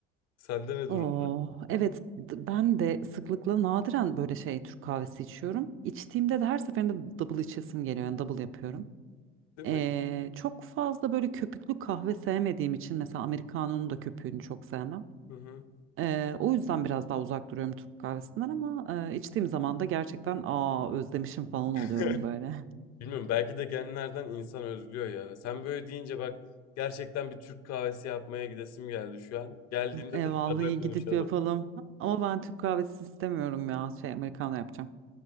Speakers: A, on the left; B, on the right.
A: Sende ne
B: Oo,
A: durum
B: evet d- ben de sıklıkla nadiren böyle şey Türk kahvesi içiyorum. İçtiğimde de her seferinde double içesim geliyor yani double yapıyorum.
A: değil
B: Ee,
A: mi?
B: çok fazla böyle köpüklü kahve sevmediğim için mesela Americano'nun da köpüğünü çok sevmem.
A: Hı hı.
B: Eee, o yüzden biraz daha uzak duruyorum Türk kahvesinden ama eee, içtiğim zaman da gerçekten aa özlemişim falan
A: <laughs>
B: oluyorum böyle.
A: Bilmiyorum belki de genlerden insan özlüyor ya. Sen böyle deyince bak gerçekten bir Türk kahvesi yapmaya gidesim geldi şu an. Geldiğimde
B: <laughs> E,
A: tekrardan
B: vallahi
A: konuşalım.
B: gidip yapalım. Ama ben Türk kahvesi istemiyorum ya. Şey Americano yapacağım.